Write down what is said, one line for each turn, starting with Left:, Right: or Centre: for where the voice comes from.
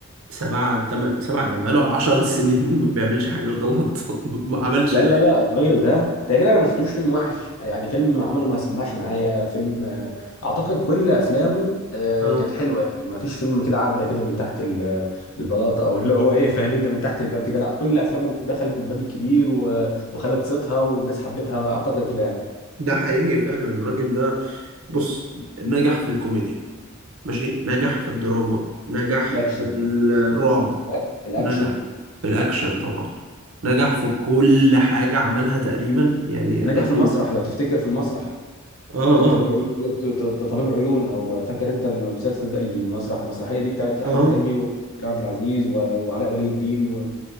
Right: سبعة تم... سبعة إيه بقاله عشر <laughs> سنين ما بيعملش حاجة غلط <laughs> ما عملش
Left: لا لا لا الراجل ده تقريبا انا ما شفتلوش فيلم وحش يعني فيلم عمله ما سمعش معايا فيلم آه، اعتقد كل افلامه آه،
Right: آه.
Left: كانت حلوه يعني ما فيش فيلم كده عدى كده من تحت ال- البلاطه او اللي هو ايه فاهم انت من تحت الباب كده لا كل افلامه دخلت من الباب الكبير و- وخدت صيتها والناس حبتها اعتقد كده يعني
Right: ده حقيقي فعلا الراجل ده بص نجح في الكوميديا ماشي نجح في الدراما نجح
Left: الاكشن
Right: في الرعب
Left: لا الاكشن
Right: نجح في الأكشن طبعا نجح في كل حاجة عملها تقريبا يعني
Left: نجح
Right: الراجل
Left: في المسرح لو تفتكر في المسرح
Right: اه
Left: آه، طبيب
Right: اه
Left: عيون ط- ط- طبيب عيون او فاكر انت المسلسل ده المسرح المسرحيه دي بتاعت احمد
Right: اه آه،
Left: حلمي وكريم عبد العزيز و- وعلاء ولي الدين